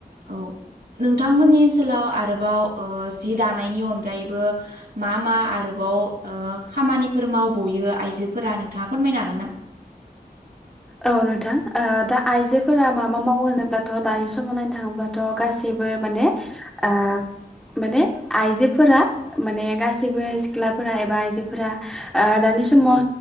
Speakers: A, on the right (about 70°); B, in the centre.
A: औ नोंथांमोननि ओनसोलाव आरोबाव ओ जि दानायनि अनगायैबो मा मा आरोबाव बाव <unintelligible> ओ खामानिफोर मावबयो आइजोफोरा नोंथाङा फोरमायनो हागोन ना?
B: औ नोंथां ओ दा आइजोफोरा माबा मावो होनोब्लाथ' दानि समाव नायनो थाङोब्लाथ' गासै बो माने आ माने आइजोफोरा माने गासिबो सिख्लाफोरा एबा आइजोफोरा दा नि समाव